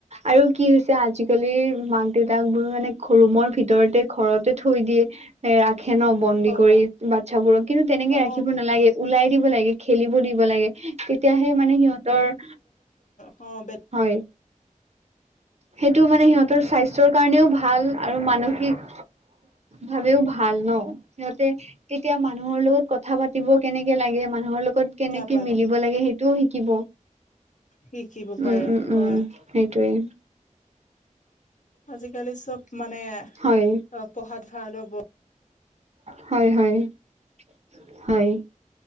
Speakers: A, on the right (about 55°); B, on the left (about 65°).
A: আৰু কি হৈছে আজিকালিৰ মাক দেউতাক বোৰ মানে ৰুমৰ ভিতৰতে ঘৰতে থৈ দিয়ে এ ৰা খেন বন্দী
B: হয়
A: কৰি বাচ্ছাবোৰক কিন্তু তেনেকে
B: অ
A: ৰাখিব নালাগে ওলাই দিব লাগে খেলিব দিব লাগে তেতিয়াহে মানে সিহঁতৰ
B: অঁ
A: হয় সেইটো মানে সিহঁতৰ স্বাস্থ্যৰ কাৰণেও ভাল আৰু মানসিক ভাবেও ভাল ন সিহঁতে তেতিয়া মানুহৰ লগত কথা পাতিব কেনেকে লাগে মানুহৰ লগত ত কেনেকে
B: কথা পাত
A: মিলিব লাগে সেইটোও শিকিব
B: শিকিব পাৰে
A: উম উম
B: হয়
A: উম সেইটোৱে
B: আজিকালি চব মানে
A: হয়
B: পঢ়া আৰু <unintelligible>
A: হয় হয়